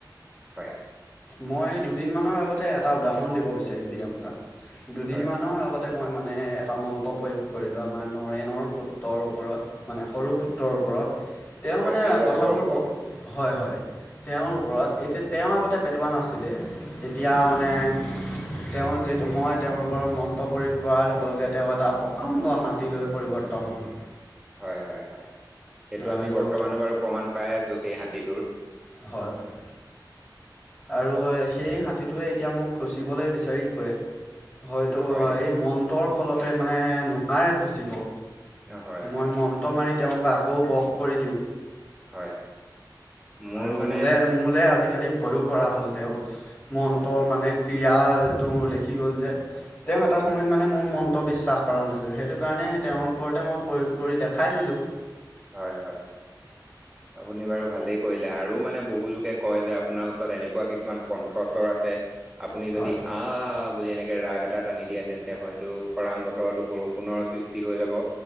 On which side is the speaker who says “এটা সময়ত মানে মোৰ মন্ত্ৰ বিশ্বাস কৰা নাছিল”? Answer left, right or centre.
Left